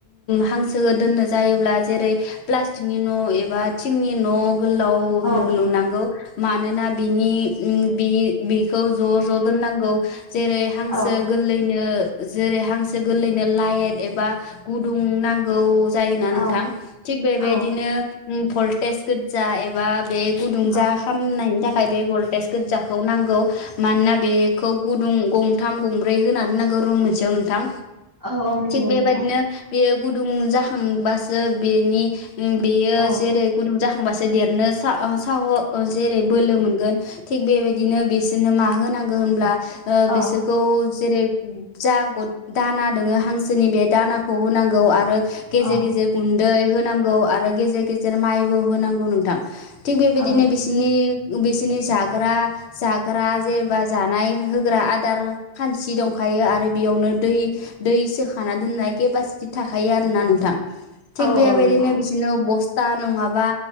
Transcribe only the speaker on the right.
औ
औ
औ
औ
औ
औ औ नंगौ
नोंथां
औ
औ
औ
औ
औ
औ
औ नंगौ